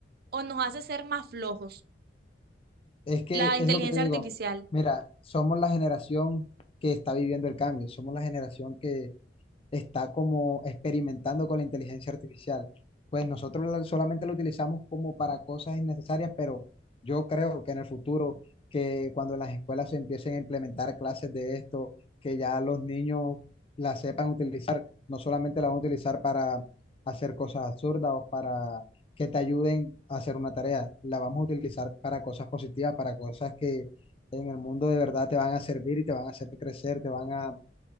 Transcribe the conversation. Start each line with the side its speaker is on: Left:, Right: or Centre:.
Right: o nos hace ser más flojos?
Left: Es que
Right: La inteligencia
Left: es lo que te digo.
Right: artificial.
Left: Mira, somos la generación que está viviendo el cambio, somos la generación que, está como experimentando con la inteligencia artificial. Pues nosotros la- solamente lo utilizamos como para cosas innecesarias, pero yo creo que en el futuro, que cuando en las escuelas se empiecen a implementar clases de esto, que ya los niños la sepan utilizar, no solamente la van a utilizar para hacer cosas absurdas o para que te ayuden a hacer una tarea, la vamos a utilizar para cosas positivas, para cosas que en el mundo de verdad te van a servir y te van a hacer crecer, te van a